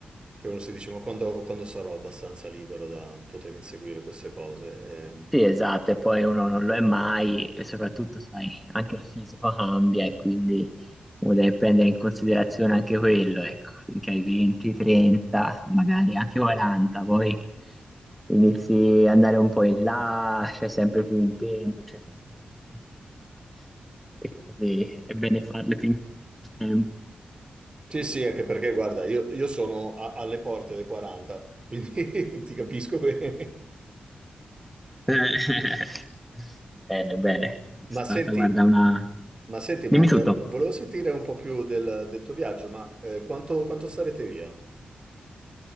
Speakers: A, on the right (about 30°); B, in the centre.
A: che uno si dice, ma quando, quando sarò abbastanza libero da poter inseguire queste cose? Ehm,
B: Sì, esatto, e poi uno non lo è mai e soprattutto, sai, anche il fisico cambia e quindi uno deve prendere in considerazione anche quello, ecco, finché hai 20, 30, magari anche 40, poi inizi ad andare un po' in là, c'è sempre più impegni, c'è sempre più responsabilità e quindi è bene farle finché c'è tempo.
A: Sì, sì, anche perché, guarda, io, io sono a- alle porte dei 40, quindi <laughs> ti capisco bene.
B: <laughs> Bene, bene, è stata,
A: Ma senti,
B: guarda, una...
A: ma senti,
B: Dimmi
A: ma,
B: tutto.
A: eh, volevo sentire un po' più del, del tuo viaggio, ma eh, quanto, quanto starete via?